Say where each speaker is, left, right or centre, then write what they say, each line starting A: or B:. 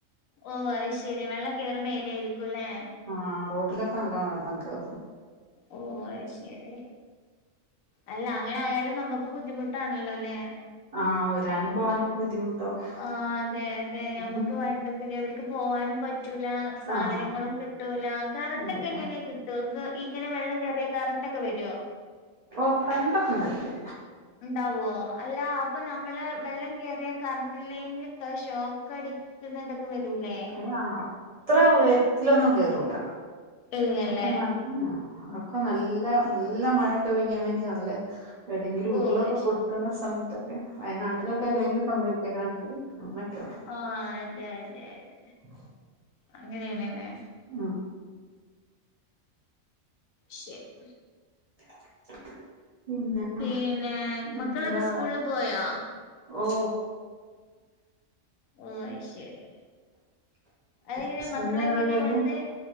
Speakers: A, on the left; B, on the right.
A: ഓ അത് ശെരി വെള്ളം കയറുന്ന ഏരിയായിരിക്കും ല്ലേ.
B: ആ് റോട്ടിലൊക്കെനല്ല വെള്ളം കേറും.
A: ഓ അത് ശരി. അല്ല അങ്ങനെ ആയാലും നമ്മുക്ക് ബുദ്ധിമുട്ടാണല്ലോ ല്ലേ?
B: ആഹ് വരാനും പോവാനും. ബുദ്ധിമുട്ടാവും
A: ആ അതെ അതെ ഞമ്മക്ക്
B: ഉം
A: വണ്ടി. പിന്നെ എവിടക്ക് പോവാനും പറ്റൂല സാധനങ്ങളും
B: ആഹ്
A: കിട്ടൂല കറണ്ട്
B: അതെ
A: ഒക്കെ എങ്ങനെയി? ഇങ്ങനെ വെള്ളം കയറിയ കറണ്ട് ഒക്കെ വരുവോ?
B: ഓ കറണ്ടൊക്കെ ണ്ടായിണ്ട്.
A: ഉണ്ടാവോ അല്ല അപ്പൊ നമ്മള് വെള്ളം കേയറിയ കറണ്ടല്ലെങ്കിൽ കാശം. കടിക്കുന്നതൊക്കെ വരൂലേ?
B: ആ അത്ര ഉയത്തിലൊന്നും കേറൂല
A: ഇല്ലല്ലേ
B: ക്കാ- ആ അതൊക്കെ നല്ല നല്ല മഴൊക്കെ പെയ്യയാണെങ്കിൽ നല്ല- എവിടെയെങ്കിലും ഉരുളൊക്കെ
A: ഓ അത് ശരി
B: പൊട്ടുന്ന സമയത്തൊക്കെ വയനാട്ട- അൊക്കെ
A: ഓ
B: എന്തെങ്കിലും സംഭവിക്കക്കണങ്കിൽ അങ്ങനൊക്കെ ഉള്ളൂ.
A: ആ അതെ അതെ അതെ.
B: അ
A: അങ്ങനേണ്ല്ലേ
B: അഹ്
A: ശരി
B: <unintelligible>
A: പിന്നെ
B: എന്താ
A: മക്കളൊക്കെ സ്കൂൾല് പോയോ
B: ഓ
A: ഓ അയ്ശരി അതെങ്ങനെ
B: ഹസ്ബൻഡിന്
A: മക്കളങ്ങനെ
B: എന്താ ജോലി
A: ഇവ്ട്ന്ന്